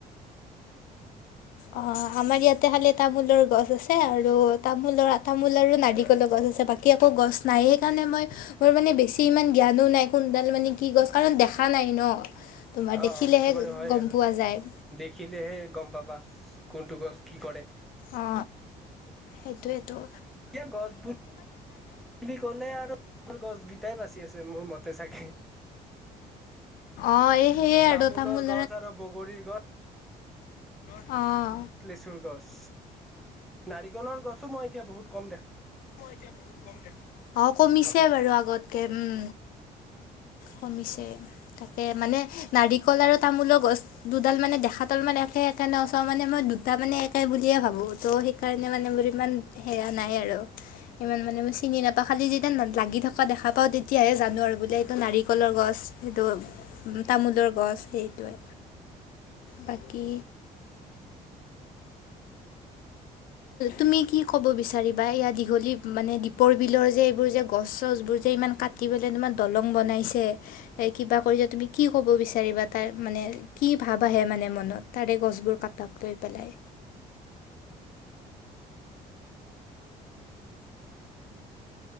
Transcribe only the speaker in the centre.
অ
এইটো বাৰু হয়
আৰু
দেখিলেহে গম পাবা কোনটো গছ কি কৰে
এয়া গছবোৰ বুলি কলে আৰু গছ কেইটাই বাচি আছে মোৰ মতে চাগে
তামোলৰ
গছ আৰু বগৰীৰ গছ
লেচুৰ গছ নাৰিকলৰ গছো মই এতিয়া বহুত কম দেখা
পাওঁ